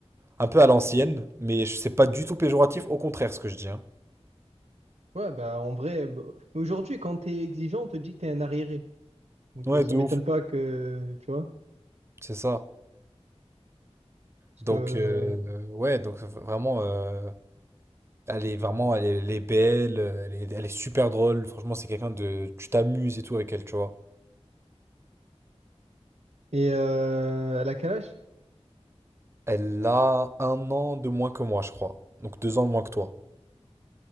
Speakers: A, on the right (about 25°); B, on the right (about 80°).
A: un peu à l'ancienne, mais je- c'est pas du tout péjoratif, au contraire, ce que je dis, hein.
B: Ouais, bah en vrai, bah, mais aujourd'hui, quand t'es exigeant, on te dit que t'es un arriéré. Donc
A: Ouais,
B: euh, ça
A: de
B: m'étonne
A: ouf,
B: pas que, tu vois,
A: c'est ça.
B: parce
A: Donc,
B: que...
A: euh, euh, ouais, donc vraiment, euh, elle est vraiment, elle est, elle est belle, euh, elle est, elle est super drôle. Franchement, c'est quelqu'un de, tu t'amuses et tout avec elle, tu vois.
B: Et euh, elle a quel âge?
A: Elle a un an de moins que moi, je crois. Donc deux ans de moins que toi.